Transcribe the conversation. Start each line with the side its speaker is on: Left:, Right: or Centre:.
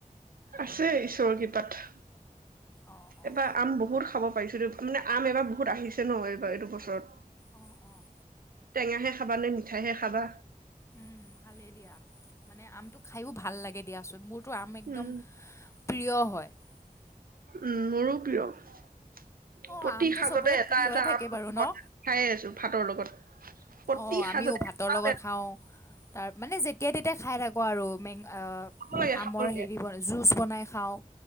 Right: আছে ঈশ্বৰ কিতাত
Left: অঁ অঁ
Right: এবাৰ আম বহুত খাব পাৰিছো দে মানে আম এবাৰ বহুত আহিছে ন এইবাৰ এইটো বছৰত
Left: অঁ অঁ
Right: টেঙাহে খাবা নে মিঠাইহে খাবা
Left: উম ভালেই দিয়া মানে আমটো খাইও ভাল লাগে দিয়াচোন মোৰ টো আম একদম
Right: উম
Left: প্ৰিয় হয় <unintelligible>
Right: উম মোৰো প্ৰিয়
Left: অঁ
Right: প্ৰতি
Left: আমটো
Right: সাজতে
Left: চবৰে
Right: এটা
Left: প্ৰিয়ই
Right: এটা
Left: থাকে
Right: আম
Left: বাৰু ন
Right: ঘ খাই আছো ভাতৰ লগত প্ৰতি
Left: অ আমিও
Right: সাজতে
Left: ভাতৰ
Right: খাব
Left: লগত খাওঁ তাৰ মানে যেতিয়া তেতিয়া খাই থাকো আৰু মেং আ
Right: লাগে
Left: আময়ে
Right: খাব লাগে
Left: হেৰি হয় জুছ বনাই খাওঁ।